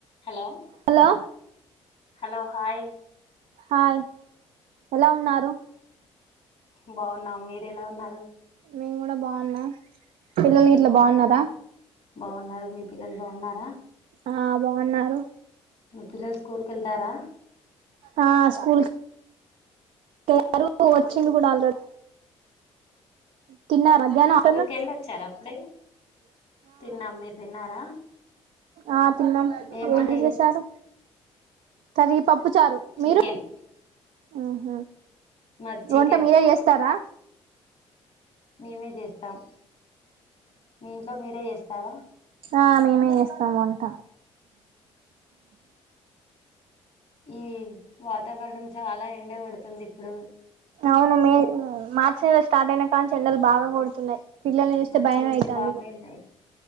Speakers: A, on the left; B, on the right.
A: Hello
B: hello
A: hello hi
B: hi ఎలా ఉన్నారు
A: బాగున్నా మీర ఎలా ఉన్నారు
B: మేము కూడా బాగున్నాం పిల్లలు
A: ఏం
B: ఇట్లా
A: చేస్తున్నారు
B: బాగున్నారా
A: బాగున్నారు మీ పిల్లలు బాగున్నారా
B: ఆ బాగున్నారు
A: మీ పిల్లలు స్కూలకెళ్తారా?
B: ఆ స్కూల్ కు సారు వచ్చిండు గుడ ఆల్రెడీ. తిన్నార? దాన్ని
A: స్కూల్
B: అటను
A: కి వెళ్ళి వచ్చారా అప్పుడే తిన్నాం మీరు తిన్నారా
B: ఆ తిన్నాం
A: ఏం వంట
B: ఏంటి చేశారు కర్రీ పప్పు చారు
A: చికెన్
B: మీరు ఆహ
A: మాది
B: వంట
A: చికెన్
B: మీరేజెస్తారా రా
A: మేమే జేస్తాం మీ ఇంట్లో మీరే చేస్తారా?
B: ఆ మేమే చేస్తామ్ వంట
A: ఈ వాతావరణం చాలా ఎండగొడుతుంది ఇప్పుడు
B: అవును మే మార్చి నెల స్టార్ట్ అయిన కానుంచి ఎండలు బాగా కొడుతున్నాయి పిల్లల్ని చూస్తే
A: మార్చి
B: భయం
A: నుంచి
B: అయితాంది
A: బాగాఎండ కొడుతు